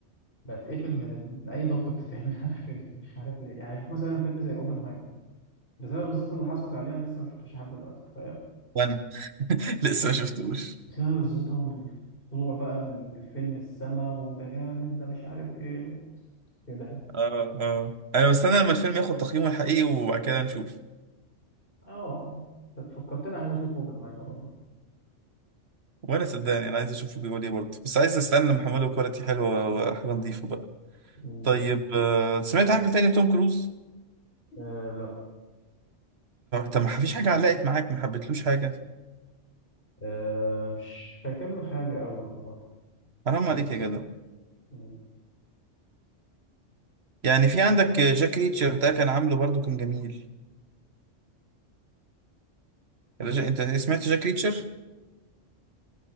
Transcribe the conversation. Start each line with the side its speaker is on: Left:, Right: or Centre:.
Left: بتقفل من ال- من اي ضجه بتتعمل <laughs> على فيلم مش عارف ليه يعني شوف مثلا فيلم زي اوبنهايمر بسبب الزيطه اللي حصلت عليه انا لسه ما شفتوش لحد دلوقتي تخيل
Right: وأنا <laughs> لسه ما شفتوش
Left: بسبب الزيطة والطلوع بقى بال- بالفيلم السما وده جامد ده مش عارف ايه ده كده يعني
Right: آه آه أنا مستني لما الفيلم ياخد تقييمه الحقيقي وبعد كده نشوف
Left: اه فكرتني عايز اشوف اوبنهايمر والله
Right: وأنا صدقني أنا عايز أشوفه بيقول إيه برضه بس عايز أستنى لما أحمله كواليتي حلوة وحاجة نضيفة بقى
Left: مم.
Right: طيب آه، سمعت حاجة تانية توم كروز؟
Left: آه لا
Right: طب ما فيش حاجة علقت معاك ما حبيتلوش حاجة
Left: آه مش فاكر له حاجة قوي والله
Right: حرام عليك
Left: بس
Right: يا جدع
Left: مم.
Right: يعني في عندك جاك ريتشر ده كان عامله برضو كان جميل الج- انت سمعت جاك ريتشر؟